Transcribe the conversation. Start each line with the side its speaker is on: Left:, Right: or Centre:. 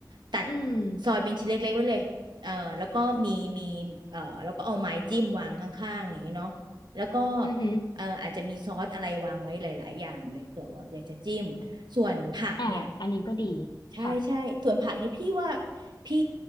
Right: ตัด
Left: อืม
Right: ซอยเป็นชิ้นเล็กๆไว้เลย เอ่อแล้วก็มีมีเอ่อแล้วก็เอาไม้จิ้มวางข้างๆอย่างนี้เนาะแล้วก็
Left: อือหือ
Right: เอ่ออาจจะมีซอสอะไรวางไว้หลายๆอย่างเลยเผื่อว่าอยากจะจิ้มส่วนผักเนี่ย
Left: อ่าอันนี้ก็ดี
Right: ใช่ใช่ส่วนผักนี่พี่ว่า
Left: ค่ะ
Right: พี่